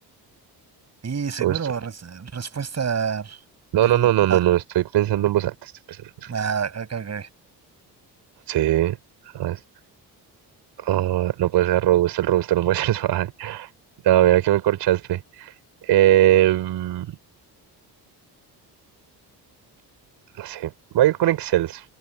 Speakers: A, on the right; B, on the right.
A: Y seguro,
B: Gusto-
A: res- respuesta definitiva.
B: No, no, no, no, no, no, estoy pensando en voz alta, estoy pensando. en voz-
A: Ah, ok, ok.
B: alta. Sí. Ah, es- ah, no puede ser robusto, el robusto no puede ser suave. <laughs> No, mira que me corchaste. Em, no sé, voy a ir con excelso,